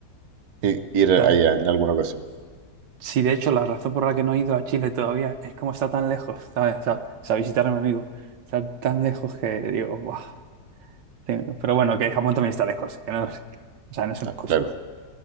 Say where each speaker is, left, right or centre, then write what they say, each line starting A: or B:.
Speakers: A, on the right (about 60°); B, on the right (about 85°).
A: i- ir allá
B: ya.
A: en alguna ocasión.
B: Sí, de hecho, la razón por la que no he ido a Chile todavía es como está tan lejos, ¿sabes? O sea, o sea, visitar a mi amigo está tan lejos que digo, "Buah". Sí, Pero bueno, que Japón también está lejos, que no es- o sea, no es una
A: Ah,
B: excusa.
A: claro,